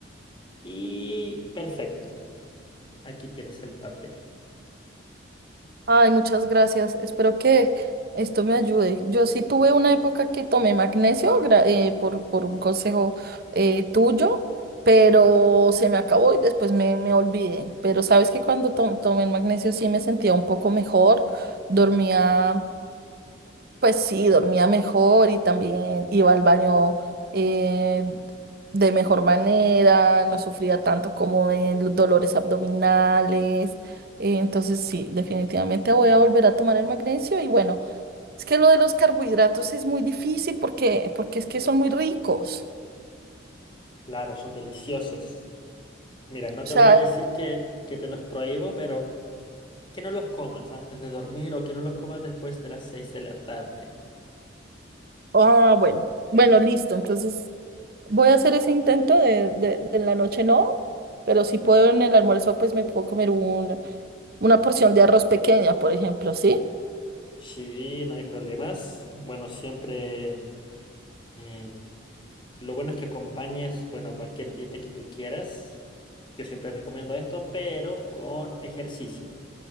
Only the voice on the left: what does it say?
y perfecto. Aquí tienes el papel.
Claro, son deliciosos. Mira, no
te
voy a decir que, que te los prohíbo, pero que no los comas antes de dormir o que no los comas después de las seis de la tarde.
Sí, no hay problemas. Bueno, siempre em, lo bueno es que acompañes, bueno, cualquier dieta que tú quieras. Yo siempre recomiendo esto, pero con ejercicio.